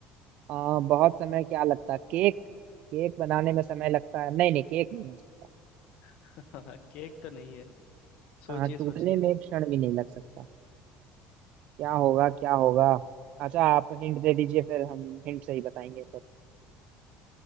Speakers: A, on the right (about 60°); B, on the left (about 65°).
A: आ, बहुत समय क्या लगता है केक केक बनाने में समय लगता है नहीं नहीं केक नहीं हो सकता
B: <laughs> केक तो नहीं है सोचिए
A: हाँ टूटने
B: सोचिए
A: में एक क्षण भी नहीं लग सकता क्या होगा क्या होगा अच्छा आप हिंट दे दीजिए फिर हम हिंट से ही बताएंगे फिर